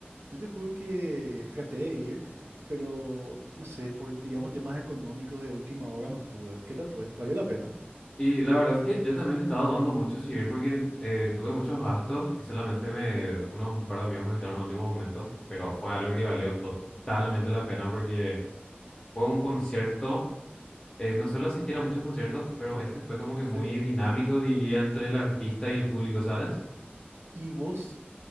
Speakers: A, on the right; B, on the left.
A: yo te juro que traté de ir, pero no sé, por digamos temas económicos de última hora no pude. ¿Qué tal fue? ¿Valió la pena?
B: Y la verdad que yo también estaba dudando mucho si ir porque eh, tuve muchos gastos y solamente me, unos par de amigos me invitaron al último momento, pero fue algo que valió totalmente la pena porque fue un concierto, eh, no suelo asistir a muchos conciertos, pero este fue como que muy
A: Sí.
B: dinámico, diría, entre el artista y el público, ¿sabes?
A: Y vos,